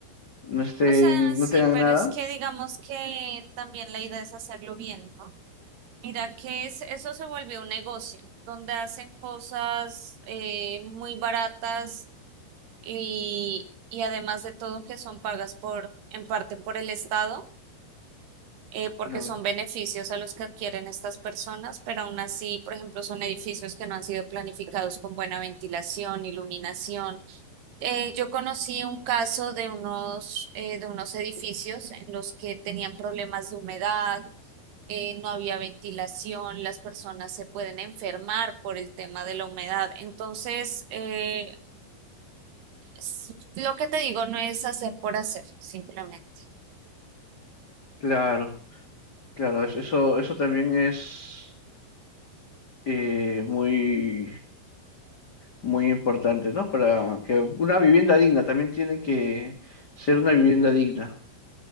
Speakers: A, on the left; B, on the right.
A: no estén,
B: O sea, sí,
A: no tengan
B: pero
A: nada.
B: es que digamos que también la idea es hacerlo bien, ¿no? Mira que es- eso se volvió un negocio, donde hacen cosas eh, muy baratas y, y además de todo que son pagas por, en parte por el Estado, eh, porque
A: Claro.
B: son beneficios a los que adquieren estas personas, pero aún así, por ejemplo, son edificios que no han sido planificados con buena ventilación, iluminación eh, yo conocí un caso de unos, eh, de unos edificios en los que tenían problemas de humedad, eh, no había ventilación, las personas se pueden enfermar por el tema de la humedad. Entonces, eh, s- lo que te digo no es hacer por hacer, simplemente.
A: Claro. Claro, es- eso, eso también es eh, muy, muy importante, ¿no? Para que una vivienda digna también tiene que ser una vivienda digna,